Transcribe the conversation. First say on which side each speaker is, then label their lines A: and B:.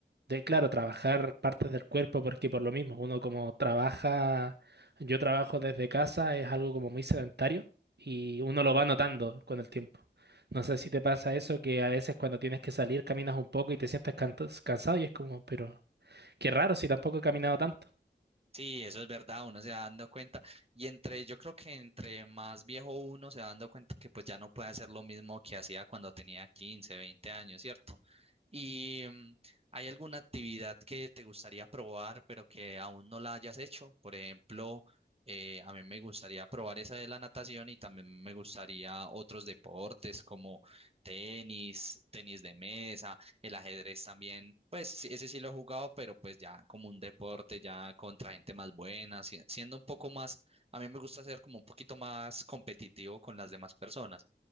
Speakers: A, on the right; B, on the right.
A: de, claro, trabajar partes del cuerpo, porque por lo mismo, uno como trabaja, yo trabajo desde casa, es algo como muy sedentario y uno lo va notando con el tiempo. No sé si te pasa eso, que a veces cuando tienes que salir caminas un poco y te sientes cantos- cansado y es como, pero qué raro si tampoco he caminado tanto.
B: Sí, eso es verdad, uno se va dando cuenta y entre, yo creo que entre más viejo uno se va dando cuenta que pues ya no puede hacer lo mismo que hacía cuando tenía 15, 20 años, ¿cierto? ¿Y mm, hay alguna actividad que te gustaría probar pero que aún no la hayas hecho? Por ejemplo, eh, a mí me gustaría probar esa de la natación y también me gustaría otros deportes como tenis, tenis de mesa, el ajedrez también, pues sí, ese sí lo he jugado, pero pues ya como un deporte, ya contra gente más buena, si- siendo un poco más, a mí me gusta ser como un poquito más competitivo con las demás personas.